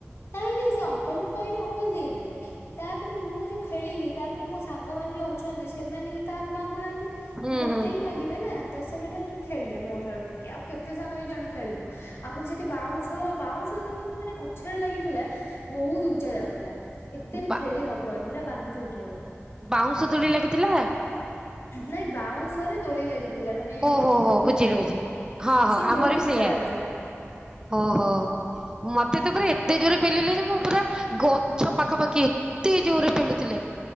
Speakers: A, on the left (about 60°); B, on the right (about 15°).
A: ନାଇଁ ନାଇଁ ସେ ଅଙ୍କଲଙ୍କୁ କହିଲେ ଅଙ୍କଲ ଦେଇଦେଲେ। ତାପରେ ମୁଁ ଯୋଉ ଖେଳିଲି ତାପରେ ମୋ ସାଙ୍ଗମାନୋନ ଯୋଉ ଅଛନ୍ତି। ସେମାନେ ବି କାହାକୁ ମାଗୁନାହାନ୍ତି।
B: ହୁଁ
A: ମତେ
B: ହୁଁ
A: ହିଁ ମାଗିବେ ନା ତ ସେମାନେ ବି ଖେଳିଲେ ମୋଠାରୁ ନେଇକି ଆଉ କେତେ ସମୟ ବି ଜଣେ ଖେଳିବ। ଆଉ ଫୁଣି ସେଠି ବାଉଁଶ ବାଉଁଶ <unintelligible> ମାନେ କ ଗଛରେ ଲାଗିଥିଲା ବହୁତ୍ ଉଞ୍ଚା ଯାଉଥିଲା ଏତେ ବି
B: ବା
A: ଖେଳି ହବନି ନା ବାନ୍ତି ଉଠେଇବ
B: ବାଉଁଶ ଦୋଳି ଲାଗିଥିଲା
A: ନାଇଁ ବାଉଁଶ ରେ ଦୋଳି ଲାଗିଚି। ଥିଲା ମାନେ
B: ଓହୋ ହୋ
A: ଦୌଡି
B: ବୁଝିଲି
A: ଦୌଡ଼ି
B: ବୁଝିଲି
A: ଲାଗିଥିଲା
B: ହଁ ହଁ
A: ସିଏ
B: ଆମର
A: ବହୁତ୍
B: ବି
A: ଉଞ୍ଚା
B: ସେଇଆ
A: ଯାଉଥିଲା। ହୁଁ।
B: ଓହୋ। ମତେ ତ ପୁରା ଏତେ ଜୋରେ ପେଲିଲେ ଯେ ମୁଁ ପୁରା ଗଛ ପାଖାପାଖି ଏତେ ଜୋରରେ ପେଲୁଥିଲେ।